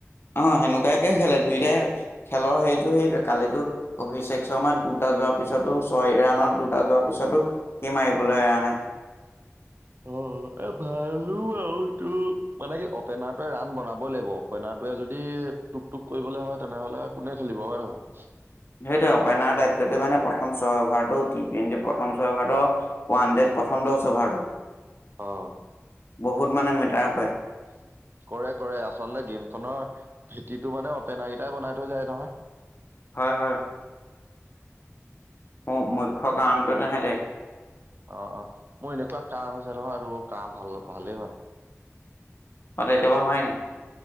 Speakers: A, on the left; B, on the right.
A: অ', হেনেকুৱাকে খেলে দুইটাই খেলৰ হেৰিতটো সেই কালিতো অভিশেষ শৰ্মা দুটা যোৱাৰ পিছতো ছয় ৰানত দুটা যোৱাৰ পিছতো সি মাৰিবলৈ এৰা নাই।
B: উ। ভালো আৰু এইটো মানে কি অপেনাৰটোৱে ৰান বনাবই লাগিব অপেনাৰটোৱে যদি টুক টুক কৰিবলে হয় তেনেহ'লে কোনে খেলিব হয় নহয়।
A: সেইটোৱে অপেনাৰ দায়িত্বটো মানে প্ৰথম ছয় অভাৰটো টি টুৱেণ্টি প্ৰথম ছয় অভাৰটো আৰু ৱান হাণ্ড্ৰেড প্ৰথম টচ অ'ভাৰটো
B: অ',
A: বহুত মানে মিটাৰকয়
B: কৰে, কৰে আচলতে গেমখনৰ ভেটিটো মানে অপেনা কেইটাই বনাই থৈ যায় নহয়
A: হয়, হয় মোৰ মুখ্য কাৰণটো তেহেঁতে <inaudible>
B: অ', অ', মোৰ এনেকুৱা কাহ হৈছে নহয় আৰু কাহ ভাল ভালেই হোৱা নাই
A: অটাই জাবা হয় ন <inaudible>